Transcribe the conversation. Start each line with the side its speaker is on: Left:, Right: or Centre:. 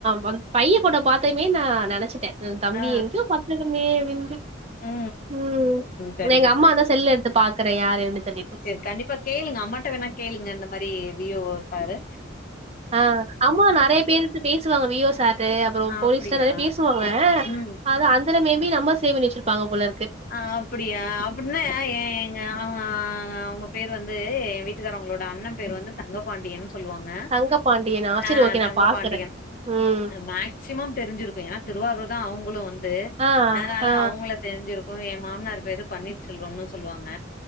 Right: வந் பைய ஃபோட்டா பாத்ததுமே நா நெனச்சுட்டே ம் தம்பி
Left: ஆ
Right: எங்க்யோ பாத்திருக்கோமோ அப்டின்டு
Left: ம்
Right: ம்
Left: சரிங்க
Right: எங்க அம்மா
Left: தோழி
Right: வந்தா
Left: சரிங்க
Right: செல் எட்த்து பாக்குறே யாருன்னு தெரிஞ்சுக்கிட்டு
Left: சரி கண்டிப்பா கேளுங்க அம்மாட்ட வேணா கேளுங்க இந்த மாரி வி ஓ ப்பாரு
Right: <inaudible> ஆ அம்மா நெறைய பேருட்ட பேசுவாங்க வி ஓ சாரு அப்பறோ போலீஸ்லா
Left: அப்படியா
Right: நெறைய பேசுவாங்க ஆ
Left: ம்
Right: அதா அதுல மேபி நம்பர் சேவ் பண்ணி வச்சிருப்பாங்க போலருக்கு
Left: ஆ அப்டியா அப்டின்னா ஏ ஏ எ அவங் அவங்க பேரு வந்து எ வீட்டுக்காரவங்களோட அண்ண பேரு வந்து தங்கப்பாண்டியன்னு சொல்லுவாங்க
Right: தங்கபாண்டியனா? சரி
Left: ஆ
Right: ஓகே
Left: தங்கபாண்டியன்
Right: நான் பாக்குறேன். ம்.
Left: அ மேக் சிமம் தெரிஞ்சிருக்கு ஏனா திருவாரூர்தா அவங்களு வந்து
Right: ஆ,
Left: அதனால
Right: ஆ,
Left: அவங்கள தெரிஞ்சிருக் கு எ மாமனார் பேரு பன்னீர் செல்வம்னு சொல்லுவாங்க